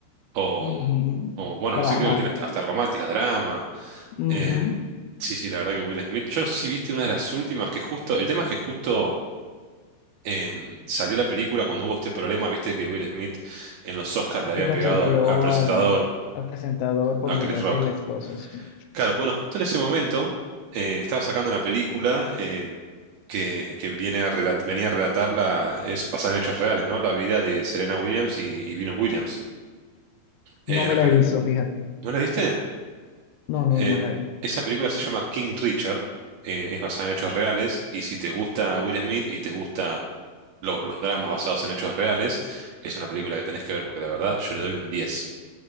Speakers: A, on the right; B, on the left.
A: o,
B: Ujú.
A: o, bueno,
B: Drama.
A: no sé, creo que tiene hasta, hasta románticas, drama.
B: Ujú.
A: em, sí, sí, la verdad que Will Smith, yo no sé si viste una de las últimas que justo, el tema es que justo em, salió la película cuando hubo este problema, viste que Will Smith en los Oscars le había
B: que cacheteó
A: pegado al, al presentador,
B: al, al presentador por
A: a
B: burlarse
A: Chris Rock.
B: de la esposa, sí.
A: Claro, bueno, justo en ese momento eh, estaba sacando una película eh, que, que viene a relat- venía a relatar la, es basada en hechos reales, ¿no? La vida de Serena Williams y, y Venus Williams. Eh,
B: No me
A: la
B: la
A: peli-
B: he visto, fíjate.
A: ¿No la viste?
B: No, no,
A: Eh,
B: no la vi.
A: esa película se llama King Richard, eh, es basada en hechos reales y si te gusta Will Smith y te gusta lo- los dramas basados en hechos reales, es una película que tenés que ver porque la verdad yo le doy un 10.